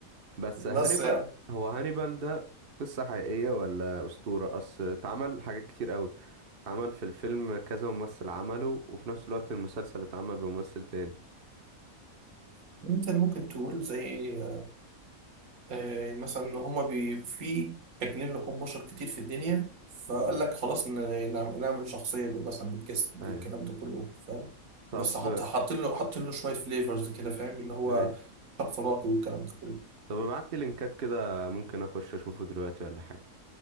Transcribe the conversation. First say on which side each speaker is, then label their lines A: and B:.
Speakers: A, on the right; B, on the right.
A: بس
B: بس
A: هانيبال
B: يعني
A: هو هانيبال ده قصة حقيقية ولا أسطورة أصل اتعمل حاجات كتير قوي اتعمل في الفيلم كذا ممثل عمله وفي نفس الوقت المسلسل اتعمل بممثل تاني
B: أنت اللي ممكن تقول زي إيه آه، مثلا ان هما بي في اكلين لحوم بشر كتير في الدنيا فقال
A: امم
B: لك خلاص ن- نعم- نعمل شخصيه بال- مثلا بالجسم
A: ايوه
B: بالكلام ده كله فاهم
A: طب
B: بس حط حاطين له حاطين له شويه فليفرز كده فاهم اللي هو
A: ايوه
B: شخص راقي والكلام ده كله
A: طب ابعت لي لينكات كده ممكن اخش اشوفه دلوقتي ولا حاجة